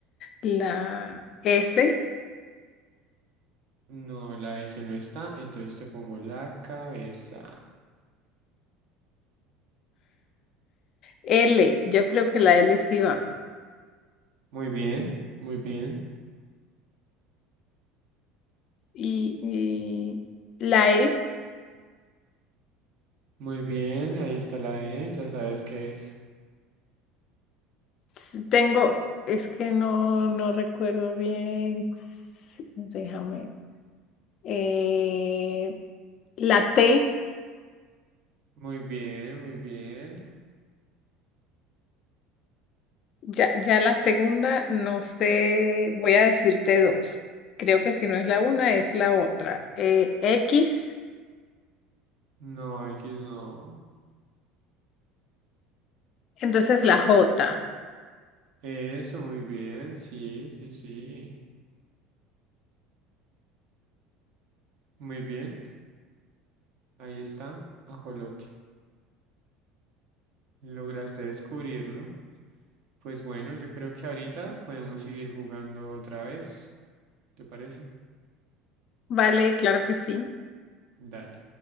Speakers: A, on the left (about 50°); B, on the right (about 60°).
A: La S.
B: No, la S no está, entonces te pongo la cabeza.
A: L. Yo creo que la L sí va.
B: Muy bien, muy bien.
A: Y, y la E.
B: Muy bien, ahí está la E, ya sabes qué es.
A: s- Tengo. Es que no, no recuerdo bien. S- Déjame. Eh, la T.
B: Muy bien, muy bien.
A: Ya, ya la segunda, no sé, voy a decirte dos. Creo que si no es la una, es la otra. Eh, X,
B: No, X no.
A: entonces la J.
B: Eso, muy bien, sí, sí, sí. Muy bien, ahí está, ajolote. ¿Lograste descubrirlo? Pues bueno, yo creo que ahorita podemos seguir jugando otra vez, ¿te parece?
A: Vale, claro que sí.
B: Dale.